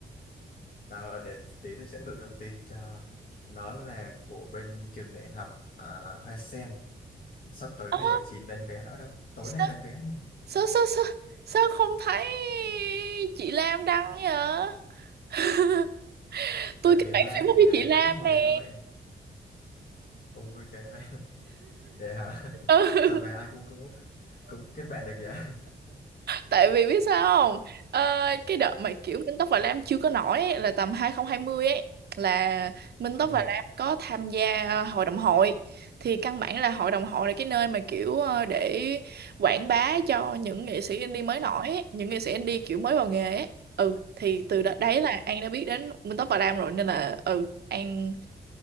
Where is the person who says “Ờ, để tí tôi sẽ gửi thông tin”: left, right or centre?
Left